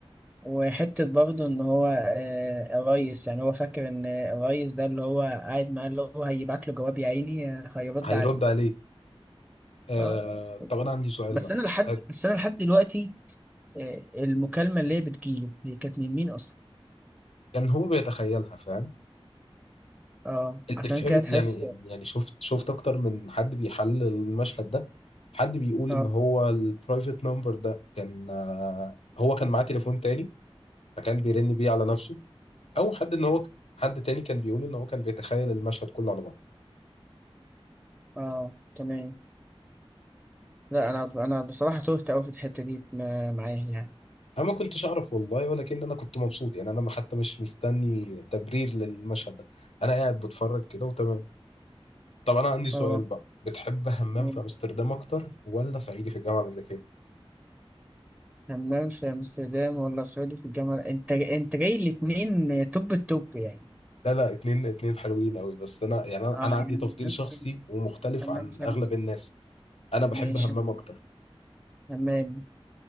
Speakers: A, in the centre; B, on the left.
A: وحتة برضه إن هو آه، الريس يعني هو فاكر إن الريس ده اللي هو قاعد معاه اللي هو هيبعت له جواب يا عيني آه، هيرد
B: هيرد
A: عليه
B: عليك آه
A: اه
B: طب أنا عندي سؤال
A: بس
B: بقى
A: أنا لحد
B: آه،
A: بس أنا لحد دلوقتي آه، المكالمة اللي هي بتجيله هي كانت من مين أصلا؟
B: كان هو بيتخيلها فاهم
A: أه
B: اللي
A: عشان
B: فهمت
A: كده تحس
B: يعني يعني شفت شفت اكتر من حد بيحلل المشهد ده حد بيقول
A: أه
B: ان هو البرايفت نمبر ده كان آه، هو كان معاه تليفون تاني فكان بيرن بيه على نفسه او حد ان هو حد تاني كان بيقول ان هو كان بيتخيل المشهد كله على بعضه
A: أه تمام لا أنا أنا بصراحة تهت أوي في الحتة دي م- معاه يعني
B: انا ما كنتش اعرف والله ولكن انا كنت مبسوط يعني انا ما- حتى مش مستني تبرير للمشهد ده انا قاعد بتفرج كده وتمام طب انا عندي سؤال
A: أه
B: بقى بتحب همام
A: آه.
B: في امستردام اكتر ولا صعيدي في الجامعه الامريكيه
A: همام في أمستردام ولا سعودي في الجامعة أنت أنت جاي الاتنين توب التوب يعني
B: لا لا اتنين اتنين حلوين قوي بس انا يعني انا
A: اه
B: أنا مم. عندي
A: يعني
B: تفضيل
A: همام
B: شخصي
A: في أمس-
B: ومختلف
A: همام
B: عن
A: في
B: اغلب
A: أمستردام
B: الناس انا بحب
A: ماشي
B: همام اكتر
A: همام